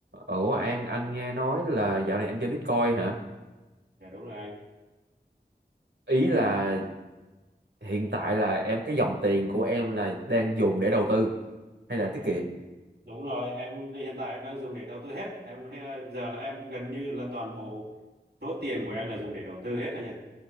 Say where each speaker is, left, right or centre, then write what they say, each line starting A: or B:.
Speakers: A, on the right (about 90°); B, on the right (about 70°).
A: Ủa An anh nghe nói là dạo này em chơi Bitcoin hả?
B: Dạ đúng rồi anh.
A: Ý là hiện tại là em cái dòng tiền của em là đang dùng để đầu tư hay là tiết
B: Dạ,
A: kiệm?
B: đúng rồi, em hiện tại em đang dùng để đầu tư hết. Em he- giờ là em gần như là toàn bộ số tiền của em là dùng để đầu tư hết anh nhỉ.